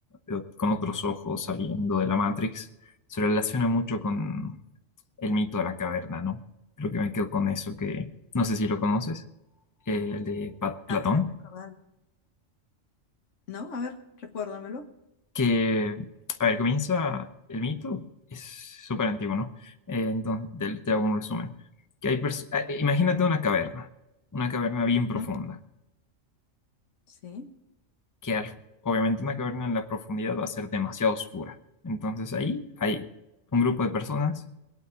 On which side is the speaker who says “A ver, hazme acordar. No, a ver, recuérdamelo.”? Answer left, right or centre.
Left